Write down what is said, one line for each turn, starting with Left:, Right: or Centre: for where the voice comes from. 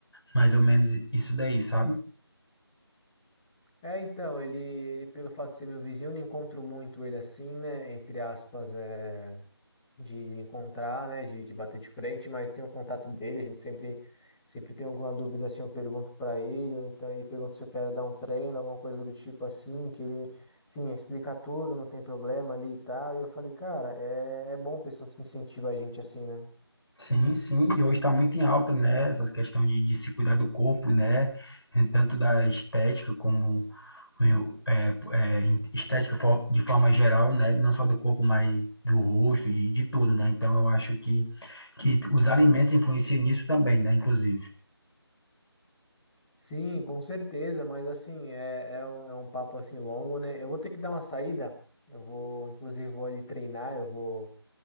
Left: mais ou menos isso daí, sabe?
Centre: É, então, ele, ele, pelo fato de ser meu vizinho, eu não encontro muito ele assim, né? Entre aspas, é, de encontrar, né? De, de bater de frente, mas tem um contato dele, a gente sempre, sempre tem alguma dúvida assim, eu pergunto pra ele, ou então ele pergunta se eu quero dar um treino, alguma coisa do tipo assim, que ele, sim, explica tudo, não tem problema ali e tal. E eu falei, cara, é, é bom pessoas que incentivam a gente assim, né?
Left: Sim, sim, e hoje está muito em alta, né? Essas questões de, de se cuidar do corpo, né? Tanto da estética como eu, é, é, em- estética fo- de forma geral, né? Não só do corpo, mas do rosto, de, de tudo, né? Então eu acho que, que os alimentos influenciam nisso também, né? Inclusive.
Centre: Sim, com certeza, mas assim, é, é, um, é um papo assim longo, né? Eu vou ter que dar uma saída. Eu vou, inclusive, vou ali treinar, eu vou